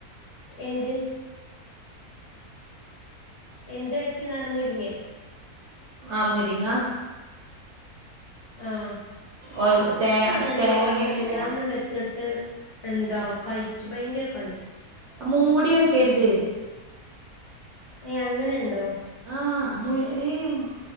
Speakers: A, on the left; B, on the right.
A: എന്ത് എന്ത് വെച്ച്ന്നാണ് മുരിങ്ങേ.
B: ആഹ് മുരിങ്ങ.
A: ആഹ്
B: ഒൽ തേ
A: അങ്ങനെ ആ
B: തേങ്ങയൊക്കെ
A: നിങ്ങള് വെക്കല്
B: ഇട്ട്
A: ഞാൻ അന്ന് വച്ചിട്ട്- എന്താ
B: ആ
A: കയ്ച്ചു ഭയങ്കര കയ്പ്പ്.
B: മൂടി വെക്കരുത്.
A: ഇനി അങ്ങനെണ്ടോ.
B: ആഹ് മുരിങ്ങയും